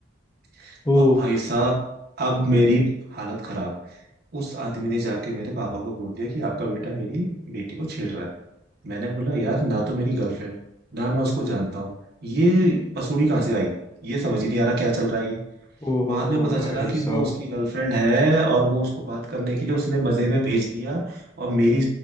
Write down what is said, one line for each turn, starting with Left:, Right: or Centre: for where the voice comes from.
Right: था।
Left: ओ
Right: अब भाई साहब अब मेरी हालत खराब उस आदमी ने जाके मेरे पापा को बोल दिया कि आपका बेटा मेरी बेटी को छेड़ रहा है मैंने बोला यार ना तो मेरी गर्लफ्रेंड ना मैं उसको जानता हूँ ये पसूड़ी कहाँ से आई ये समझ ही नहीं आ रहा क्या चल रहा है ये
Left: ओ
Right: बाद
Left: हो
Right: में
Left: हो,
Right: पता
Left: भाई
Right: चला कि
Left: साहब
Right: वो उसकी गर्लफ्रेंड है और वो उसको बात करने के लिए उसने मजे में भेज दिया और मेरी